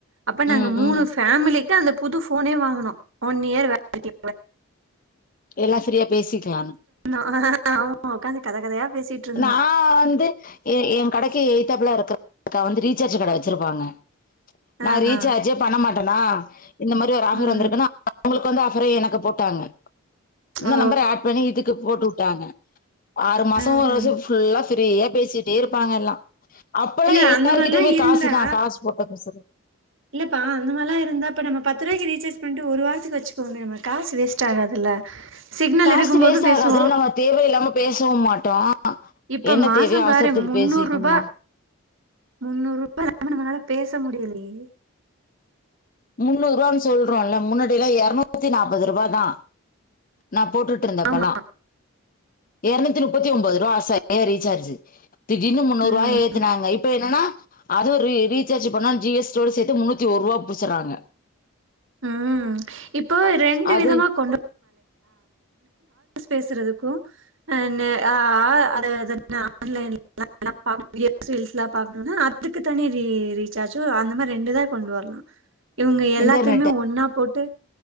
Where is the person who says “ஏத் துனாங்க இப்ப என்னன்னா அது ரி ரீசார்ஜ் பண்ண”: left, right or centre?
Left